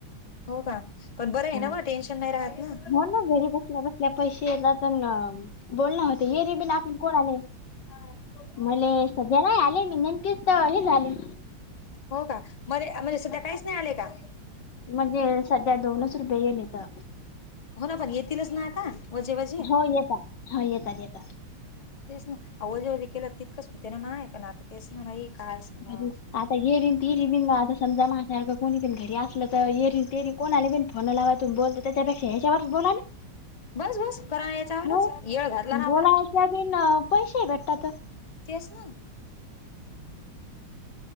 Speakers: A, on the left; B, on the left.
A: हो का पण बरं आहे
B: हा
A: ना म टेन्शन नाही राहत ना
B: हो ना घरी बसल्या बसल्या पैसे येतात बोलण होते हे रे बीन आपण कोण आले
A: हा <unintelligible>
B: मले सध्या नाही आले मी नेमकीच हे झाले
A: हो का मध्ये म्हणजे सध्या काहीच नाही आले का
B: म्हणजे सध्या दोनच रुपये गेले तर
A: हो ना पण येतीलच ना आता वजे वजे
B: हो येतात हो येतात येतात
A: तेच ना आवजेवले केलं तितकंच होते ना माय पण आता तेच् न भाई काय सांगाव.
B: बरी आता गेरन तीरी बिन आता समजा मा सारखं कोणी पण घरी असलं तर येरी तेरी कोणाला पण फोन लावा त बोलतो त्यांच्यापेक्षा वर बोला ना
A: बस बस करा याच्यावरच
B: हो
A: येळ घातला ना आपला.
B: बोलाश बीन पैसे भेटतात
A: तेचना